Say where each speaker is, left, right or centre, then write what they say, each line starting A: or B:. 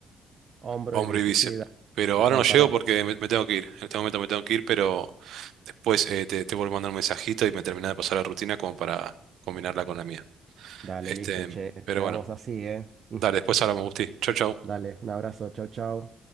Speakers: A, on the right; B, on the right.
A: Hombro
B: hombro
A: y bíceps,
B: y bíceps.
A: sí, dale.
B: Pero
A: La
B: ahora
A: dejamos
B: no llego
A: parado.
B: porque me, me tengo que ir. En este momento me tengo que ir, pero después eh, te, te vuelvo a mandar un mensajito y me termina de pasar la rutina como para combinarla con la mía.
A: Dale,
B: Este,
A: listo, che.
B: pero
A: Quedamos
B: bueno,
A: así, ¿eh? <laughs>
B: dale, después hablamos, Gusti. Chau, chau.
A: Dale, un abrazo, chau, chau.